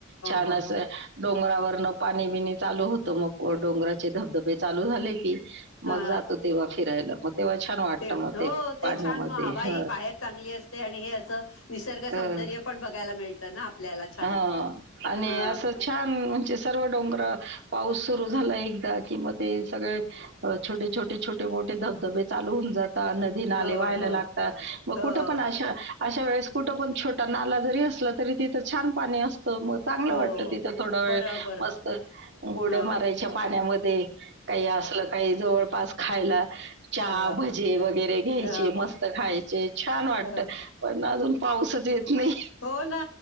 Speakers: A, on the right; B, on the left.
A: छान
B: हो
A: असं,
B: हो
A: डोंगरावरन पाणी बीणी चालू होतं मग, डोंगराचे धबधबे चालू झाले की, मग,
B: हा
A: जातो तेव्हा फिरायला मग तेव्हा छान वाटतं
B: ते
A: मग
B: हो
A: पाण्यामध्ये.
B: ते छान म हवा ही
A: हं.
B: बाहेर चांगली असते. आणि हे असं, निसर्ग
A: हं.
B: सौंदर्य पण बघायला मिळतं ना आपल्याला छान
A: हां. आणि
B: अ ह
A: असं छान म्हणजे सर्व डोंगर पाऊस सुरू झाला. एकदा की, म ते सगळे, छोटे, छोटे, छोटे मोठे धबधबे चालू होऊन जाता ते नाले
B: हो
A: व्हायला
B: हो
A: लागता. मग
B: हो
A: कुठं पण अशा- अशा वेळेस कुठं पण छोटा नाला जरी असला तरी तिथं छान पाणी असतो. मग चांगलं
B: हो
A: वाटत तिथं थोड वेळ
B: बरोबर
A: मस्त, उड्या
B: हो
A: मारायच्या पाण्यामध्ये म हे असलं काही जवळपास खायला चहा,
B: ह
A: भजे वगैरे घ्यायचे.
B: ह
A: मस्त खायचे छान वाटत.
B: ह
A: पण अजून पाऊसच येत नाय.
B: हो ना